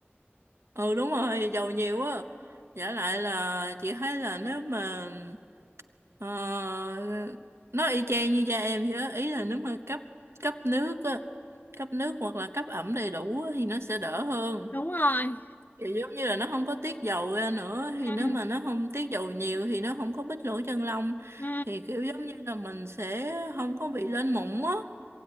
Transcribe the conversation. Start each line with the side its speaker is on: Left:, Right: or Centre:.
Right: ờ, ừ đúng rồi dầu nhiều quá giả lại là chị thấy là nếu mà ờ, nó y chang như da em vậy đó. ý là nếu mà cấp cấp nước á cấp nước hoặc là cấp ẩm đầy đủ á, thì nó sẽ đỡ hơn
Left: đúng rồi
Right: Kiểu giống như là nó không có tiết dầu ra nữa thì nếu
Left: ừ,
Right: mà nó không tiết dầu nhiều thì nó không có bít lỗ chân lông
Left: ừ.
Right: thì kiểu giống như là mình sẽ không có bị lên mụn á